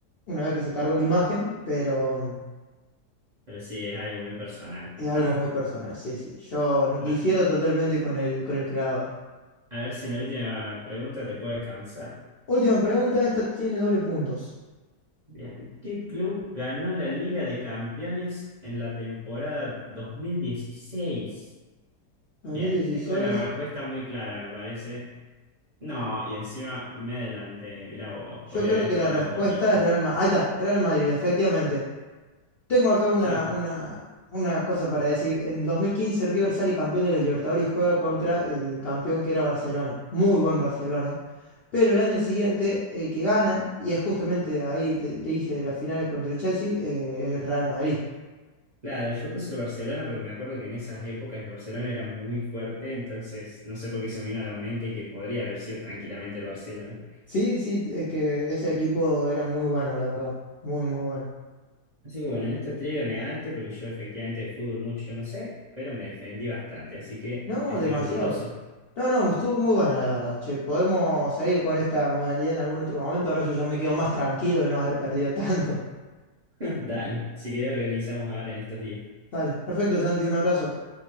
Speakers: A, on the left; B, on the right.
A: una vez que se cargó la imagen, pero mm,
B: Pero sí, es algo muy personal.
A: es algo
B: <laughs>
A: muy personal. Sí, sí, yo
B: Bueno.
A: difiero totalmente con el, con el creador.
B: A ver si en la última pregunta te puedo alcanzar.
A: Última pregunta, esta tiene doble puntos.
B: Bien. ¿Qué club ganó la Liga de Campeones en la temporada 2016?
A: 2016.
B: Bien, tengo una respuesta muy clara, me parece. No, y encima me adelanté. Mirá vos,
A: Yo
B: podría
A: creo
B: haber esperado
A: que la respuesta
B: un poquito.
A: es Real Madrid. Ahí está, Real Madrid, efectivamente. Tengo acá una,
B: Yo,
A: una, una cosa para decir. En 2015 River sale campeón de la Libertadores y juega contra el campeón que era Barcelona. Muy buen Barcelona. Pero el año siguiente, el que gana, y es justamente ahí te, te hice las finales contra el Chelsea, eh, es el Real Madrid.
B: claro, yo puse el Barcelona porque me acuerdo que en esas épocas el Barcelona era muy fuerte, entonces no sé por qué se me vino a la mente que podría haber sido tranquilamente el Barcelona.
A: Sí, sí, es que ese equipo era muy bueno, la verdad. Muy, muy bueno.
B: Así que bueno, en esta trivia me ganaste porque yo efectivamente de fútbol mucho no sé, pero me defendí bastante, así que
A: No,
B: estoy
A: demasiado.
B: orgulloso.
A: No, no, estuvo muy buena la verdad. Che, podemos seguir con esta modalidad en algún otro momento. Ahora yo ya me quedo más tranquilo de no haber perdido <laughs> tanto.
B: <laughs> Dale, si querés organizamos ahora en estos días.
A: Dale, perfecto, Santi, un abrazo.